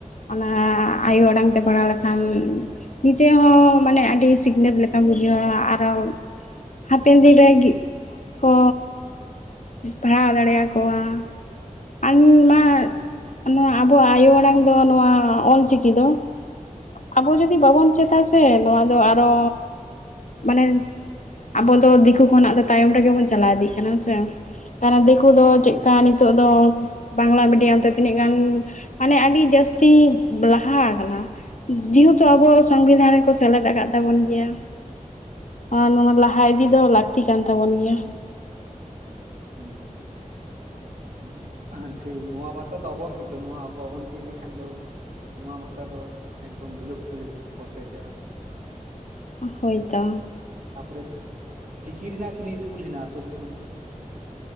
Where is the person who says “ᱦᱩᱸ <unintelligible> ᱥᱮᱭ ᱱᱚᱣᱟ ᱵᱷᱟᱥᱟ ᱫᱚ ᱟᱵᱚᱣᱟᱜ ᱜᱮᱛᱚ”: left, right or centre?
Right